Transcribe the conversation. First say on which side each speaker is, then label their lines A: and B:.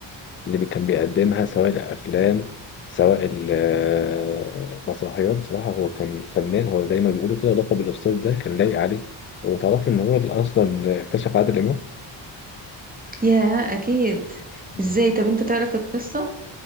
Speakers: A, on the left; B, on the right.
A: اللي بي- كان بيقدمها سواء الأفلام سواء ال- آه، المسرحيات بصراحة هو كان فنان هو زي ما بيقولوا كده لقب الأستاذ ده كان لايق عليه وتعرفي إن هو اللي أصلا اكتشف عادل
B: يا أكيد
A: إمام؟
B: ازاي طب انت تعرف القصة؟